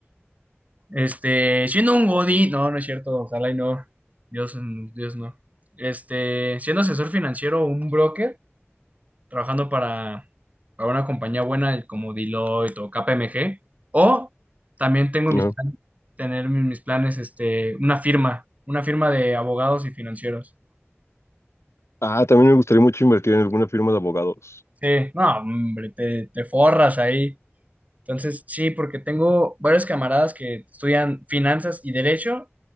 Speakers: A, on the right; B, on the left.
A: este, siendo un godín. No, no es cierto, ojalá y no. Dios, mm, Dios no. Este, siendo asesor financiero o un broker, trabajando para, para una compañía buena como Deloitte o KPMG. O también tengo
B: Ajá.
A: mis planes, tener mis mis planes, este, una firma, una firma de abogados y financieros.
B: Ah, también me gustaría mucho invertir en alguna firma de abogados.
A: Sí, no, hombre, te, te forras ahí. Entonces, sí, porque tengo varios camaradas que estudian finanzas y derecho